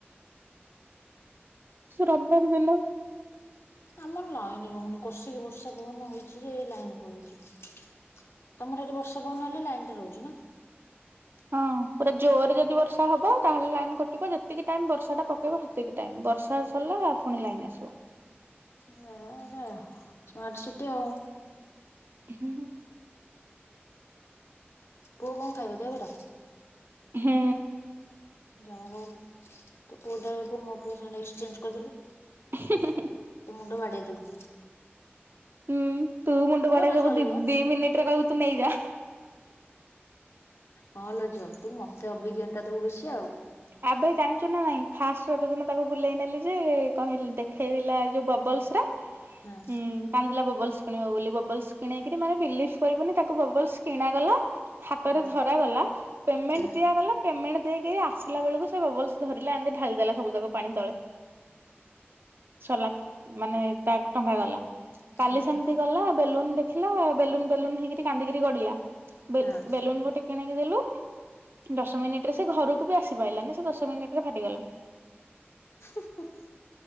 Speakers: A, on the right; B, on the left.
A: ରବିବାର ହେଲା।
B: ଆମର ଲାଇନ୍ ରହୁନି କଷିକି ବର୍ଷା ପବନ ହୋଉଚି ଯେ ଲାଇନ୍ ପଳଉଚି। ତମର ଏଠି ବର୍ଷା ପବନ ହେଲେ ଲାଇନ୍ ଟା ରହୁଛି ନା।
A: ହଁ ପୁରା ଜୋରରେ ଯଦି ବର୍ଷା ହବ ତାହେଲେ ଲାଇନ୍ କଟିବ ଯେତିକି ଟାଇମ ବର୍ଷା ଟା ପକେଇବ ହେ। ଏତିକି ଟାଇମ୍ ବର୍ଷା ସରିଲା ପୁଣି ଲାଇନ୍ ଆସିବ।
B: ଯ ହେଟା ସ୍ମାର୍ଟ ସିଟି ଆଉ।
A: ହୁଁ
B: ପୁଅ କଣ ଖାଇବ ଦହିବରା?
A: ହୁଁ
B: ଯାହା ହଉ ତ ପୁଅଟାକୁ ମୋ ପୁଅ ସାଙ୍ଗେ ଏକ୍ସଚେଞ୍ଜ କରିଦେଲୁ
A: ହୁଁହୁଁହୁଁ
B: ତ ମୁଣ୍ଡ ବାଡ଼େଇ ଦବୁ
A: ହୁଁ ତୁ ମୁଣ୍ଡ
B: ପୁଅ
A: ବାଡେଇଦବୁ
B: ଟା ଚଳିବ
A: ଦି ମିନିଟ୍ ରେ କହିବୁ ତୁ ନେଇଯା
B: ହଁ ଲୋ ଝିଅ ତୁ ମତେ ଅଭିଜ୍ଞତା ଦବୁ ବେଶି ଆଉ
A: ଆବେ ଜାଣିଛୁ ନା ନାଇଁ ଫାଷ୍ଟ ରଜ ଦିନ ତାକୁ ବୁଲେଇ ନେଲି ଯେ କହିଲି ଦେଖେଇଥିଲା ଯୋଉ ବବଲସ ର
B: ହଁ
A: ହୁଁ କାନ୍ଦିଲା ବବଲ୍ସ କିଣିବ ବୋଲି ବବଲ୍ସ କିଣୋଇକିରି ମାନେ ବିଲିଭ କରିବନି ତାକୁ ବବଲ୍ସ କିଣାଗଲା ହାତରେ
B: ହଁ
A: ଧରାଗଲା ପେମେଣ୍ଟ
B: ହଁ
A: ଦିଆଗଲା ପେମେଣ୍ଟ ଦେଇକିରି ଆସି ଲା ବେଳକୁ ସେ ବବଲ୍ସ ଧରିଲା ଏମିତି ଢାଳିଦେଲା ସବୁ ଯାକ ପାଣି ତଳେ ସାରିଲା ମାନେ ତା ଟଙ୍କା ଗଲା କାଲି
B: ହଁ
A: ସେମିତି ଗଲା ବେଲୁନ ଦେଖିଲା ବେଲୁନ ବେଲୁନ ହେଇକିରି କାନ୍ଦିକିରି ଗଡ଼ିଲା। ବେଲୁ
B: ହଁ
A: ବେଲୁନ ଗୋଟେ କିଣିକି ଦେଲୁ ଦଶ ମିନିଟରେ ସେ ଘରକୁ ବି ଆସ ଖି ପାଇଲାନି ସେ ଦଶ ମିନିଟରେ ଫାଟିଗଲା
B: ହୁଁ